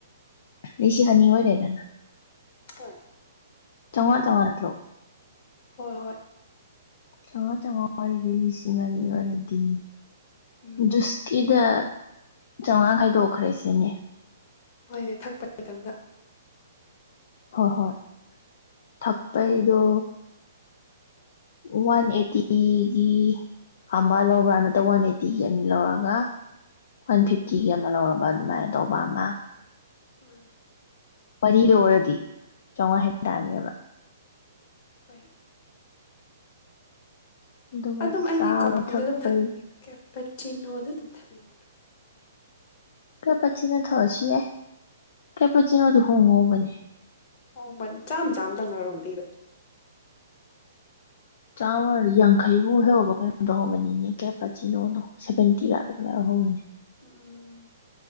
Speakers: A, on the left; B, on the left.
A: ꯔꯤꯁꯤ ꯑꯅꯤ ꯑꯣꯏꯔꯦꯗꯅ
B: ꯀ
A: ꯆꯧꯉ ꯆꯧꯉ ꯅꯠꯇ꯭ꯔꯣ
B: ꯍꯣꯏ ꯍꯣꯏ
A: ꯆꯧꯉꯥ ꯆꯧꯉꯥ ꯑꯣꯏꯔꯗꯤ ꯂꯤꯁꯤꯡ ꯑꯅꯤ ꯑꯣꯏꯔꯗꯤ
B: ꯎꯝ
A: ꯖꯨꯁꯀꯤꯗ ꯆꯧꯉꯥ ꯈꯥꯏꯗꯣꯛꯈ꯭ꯔꯦ ꯁꯤꯅꯦ
B: ꯍꯣꯏꯅꯦ ꯊꯛꯄꯒꯤꯗꯪꯗ
A: ꯍꯣꯏ ꯍꯣꯏ ꯊꯛꯄꯩ ꯂꯣ ꯋꯥꯟ ꯑꯦꯠꯇꯤꯒꯤ ꯑꯃ ꯂꯧꯕ꯭ꯔꯥ ꯅꯠꯇ꯭ꯔꯒ ꯋꯥꯟ ꯑꯦꯠꯇꯤꯒꯤ ꯑꯅꯤ ꯂꯧꯔꯛꯒ ꯋꯥꯟ ꯐꯤꯐꯇꯤꯒꯤ
B: ꯎꯝ
A: ꯑꯃ ꯂꯧꯔꯕ ꯑꯗꯨꯃꯥꯏꯅ ꯇꯧꯕ ꯑꯃ
B: ꯎꯝ
A: ꯃꯔꯤꯗ ꯑꯣꯏꯔꯗꯤ ꯆꯧꯉꯥ ꯍꯦꯟ ꯇꯅꯤꯕ
B: ꯍꯣꯏ
A: ꯑꯗꯨꯒ
B: ꯑꯗꯨꯝ ꯑꯩꯗꯤ
A: ꯆꯥꯕꯩ
B: ꯀꯣꯐꯤꯗ
A: ꯊꯛꯄꯩ
B: ꯑꯗꯨꯝ ꯊꯛꯅꯤꯡꯉꯦ ꯀ ꯄ ꯆꯤꯅꯣꯗꯨ ꯗꯨꯝ ꯊꯛꯅꯤꯡꯉꯤ
A: ꯀꯄꯆꯤꯅꯣ ꯊꯣꯑꯁꯤ ꯌꯥꯏ ꯀꯦ ꯄꯆꯤꯅꯣ ꯑꯗꯨ ꯍꯣꯡꯉꯣꯕꯅꯤ
B: ꯍꯣꯡꯕꯟ ꯆꯥꯝ ꯆꯥꯝꯗꯪꯅꯔꯣꯝ ꯄꯤꯕ
A: ꯆꯥꯝꯃ ꯌꯥꯡꯈꯩꯕꯨ ꯍꯩꯍꯧꯕ ꯀꯩꯅꯣꯝꯗ ꯍꯧꯕꯅꯤꯅꯦ ꯀꯦꯄꯥꯆꯅꯣꯗꯣ ꯁꯦꯚꯦꯟꯇꯤꯔ ꯑꯗꯨꯃꯥꯏ ꯍꯧꯕꯅꯦ
B: ꯎꯝ